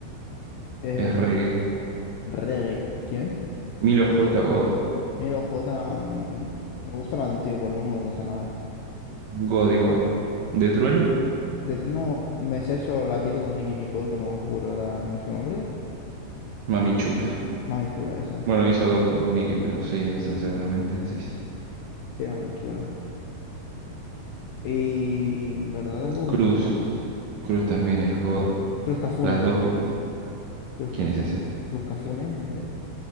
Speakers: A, on the left; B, on the right.
A: Eh,
B: Es reggae.
A: eh, reggae. ¿Quién?
B: Milo J. God.
A: Miro J. mm, me gusta la antigua, no me gusta nada.
B: God igual. ¿De Trueno?
A: De no me sé solo la que hizo con Nicky Nicole, que no me acuerdo ahora ni su nombre.
B: Mami chula.
A: Mami chula esa.
B: Bueno, hizo dos con Nicky, pero sí, esa seguramente decís.
A: Sí, mami chula. Y en verdad tampoco
B: Cruz,
A: me sé muchas más.
B: Cruz también es God.
A: Cruz Cafune.
B: Las dos, vi-
A: Cruz
B: ¿quién
A: Cafune.
B: es ese?
A: Cruz Cafune, el de.